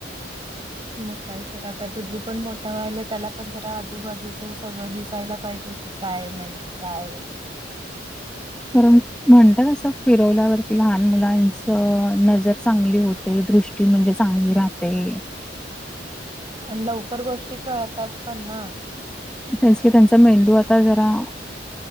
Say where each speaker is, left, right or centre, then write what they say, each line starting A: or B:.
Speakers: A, on the right; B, in the centre.
A: मग काय तर आता डुगु पण मोठा व्हायला त्याला पण जरा आजुबाजुच सगळं दिसायला पाहिजे. काय नवीन काय
B: कारण म्हणतात असं फिरवल्यावरती लहान मुलांचं नजर चांगली हो -- ते दृष्टी म्हणजे चांगली राहते.
A: आणि लवकर गोष्टी कळतात पण ना.
B: त्यास की त्यांचा मेंदू आता जरा